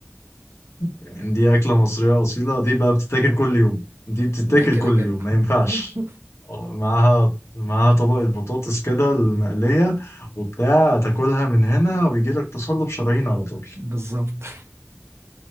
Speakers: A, on the left (about 70°); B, on the right (about 65°).
A: يعني دي اكله مصريه اصيله دي بقى بتتاكل كل يوم دي بتتاكل
B: ده كده
A: كل
B: كده
A: يوم ما ينفعش
B: <laughs>
A: آه، معاها معاها طبقه بطاطس كده المقليه وبتاع تاكلها من هنا ويجي لك تصلب شرايين على طول
B: بالظبط